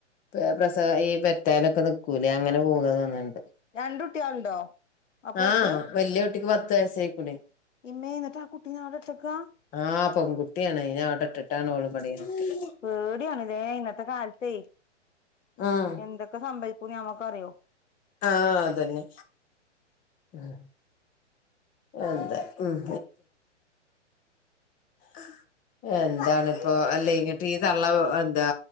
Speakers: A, on the left (about 20°); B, on the left (about 80°).
A: പേ പ്രസ ഈ പെറ്റാലൊക്കെ നിക്കൂലേ അങ്ങനെ പോകാതോന്ന്ണ്ട്.
B: രണ്ട് കുട്ടികളുണ്ടോ അപ്പോക്ക്
A: ആഹ് വെല്യ കുട്ടിക്ക് പത്ത് വയസായി ക്കുണേ
B: ഇമ്മേ ന്നട്ടാകുട്ടിനെ ആടെട്ടക്കാ
A: ആഹ് പെൺകുട്ടിയാണ് അയിന അവടെട്ട്ട്ടാണ് ഓള് വടെ <unintelligible>
B: പേടിയാണ് ലേ ഇന്നത്തെ കാലത്തേയ്
A: ആഹ്
B: എന്തൊക്കെ സംഭവിക്കൂന്ന് ഞമ്മക്ക് അറിയോ
A: ആഹ്, അതന്നെ. ഉം എന്ത ഉം <unintelligible> എന്താന്നിപ്പോ അല്ലെയ് ഇങ്ങിട്ട് ഈ തള്ള എന്താ